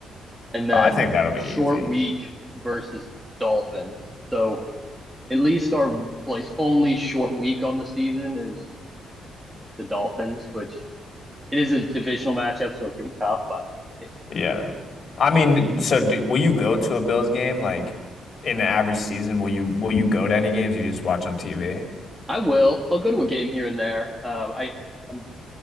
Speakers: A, in the centre; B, on the left.
A: and then
B: oh, I think that'll be
A: short
B: easy.
A: week versus Dolphins. So at least our like only short week on the season is the Dolphins, which it is a divisional matchup, so it can be tough. But it,
B: Yeah. I mean, so do, will you go to a Bills game like in the average season? Will you will you go to any games or you just watch on TV?
A: I will. I'll go to a game here and there. Uh, I I